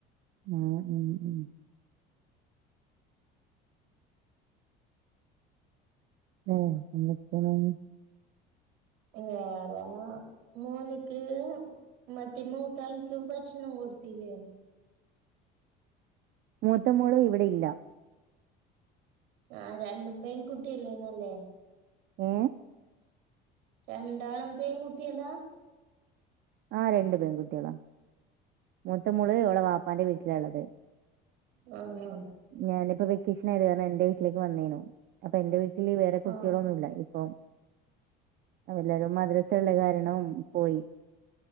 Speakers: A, on the right; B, on the right.
A: ഉം ഉം. <unintelligible>
B: വേറെ അങ്ങ മോന്ക്ക് മറ്റേ മൂത്താൾക്ക് ഭ ക്ഷണം കൊടുത്തില്ലേ?
A: മൂത്തമോള് ഇവിടില്ല.
B: ആ രണ്ടും പെൺകുട്ടിനല്ലെ അല്ലെ.
A: ഏ
B: രണ്ടാളും പെൺകുട്ടികളാ.
A: ആ രണ്ടു പെൺകുട്ടികളാ. മൂത്തമോള് അവൾടെ വാപ്പാന്റെ വീട്ടിലാ ഉള്ളത്.
B: ആ ആ
A: ഞാനിപ്പ വെക്കേഷൻ ആയത് കാരണം എന്റെ വീട്ടിലേക്ക് വന്നേനു. അപ്പൊ എന്റെ വീ ട്ടില് വേറെ കുട്ടികളൊന്നും
B: ആ
A: ഇല്ല ഇപ്പം എല്ലാരും മദ്രസ ഉള്ള കാരണം പോയി.